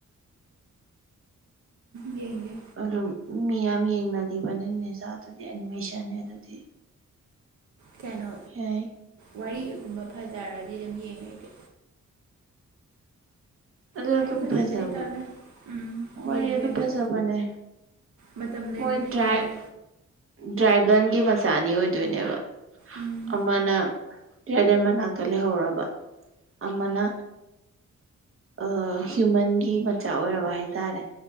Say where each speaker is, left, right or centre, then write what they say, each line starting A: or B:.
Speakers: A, on the right (about 70°); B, on the right (about 45°).
A: ꯌꯦꯡꯒꯦ
B: ꯑꯗꯨꯝ ꯃꯤ ꯌꯥꯝ ꯌꯦꯡꯅꯒꯤꯕꯅꯤꯅꯦ ꯅꯦꯖꯣꯗꯨꯗꯤ ꯑꯦꯅꯤꯃꯦꯁꯟꯅꯦ ꯑꯗꯨꯗꯤ
A: ꯀꯩꯅꯣ
B: ꯌꯥꯏ
A: ꯋꯥꯔꯤꯒꯨꯝꯕ ꯐꯖꯔꯗꯤ ꯑꯗꯨꯝ ꯌꯦꯡꯉꯦ ꯑꯩꯗꯤ
B: ꯑꯗꯨ
A: ꯋꯥꯔꯤ
B: ꯑꯗꯨꯝ
A: ꯐꯖꯗ꯭ꯔꯗꯤ
B: ꯐꯖꯕꯟ
A: ꯇꯜꯂꯦ ꯎꯝ
B: ꯋꯥꯔꯤ
A: ꯌꯦꯡꯗꯦ
B: ꯑꯗꯨꯝ
A: ꯑꯗꯣ
B: ꯐꯖꯕꯅꯦ
A: ꯃꯇꯝ ꯂꯦꯟꯕꯗ
B: ꯃꯣꯏ ꯗ꯭ꯔꯥꯏꯠ
A: ꯌꯦꯡꯒꯦ
B: ꯗ꯭ꯔꯦꯒꯟꯒꯤ ꯃꯆꯥ ꯑꯅꯤ ꯑꯣꯏꯗꯣꯏꯅꯦꯕ
A: ꯎꯝ
B: ꯑꯃꯅ ꯗ꯭ꯔꯦꯒꯟ ꯃꯅꯥꯛꯇ ꯂꯩꯍꯧꯔꯕ ꯑꯃꯅ ꯑ ꯍꯤꯌꯨꯃꯟꯒꯤ ꯃꯆꯥ ꯑꯣꯏꯔꯕ ꯍꯥꯏꯇꯥꯔꯦ